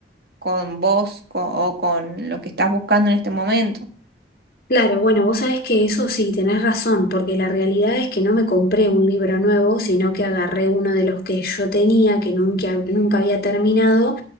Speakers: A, on the right; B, on the left.
A: con vos co- o con lo que estás buscando en este momento.
B: Claro, bueno, vos sabés que eso sí, tenés razón, porque la realidad es que no me compré un libro nuevo, sino que agarré uno de los que yo tenía, que nunca, nunca había terminado,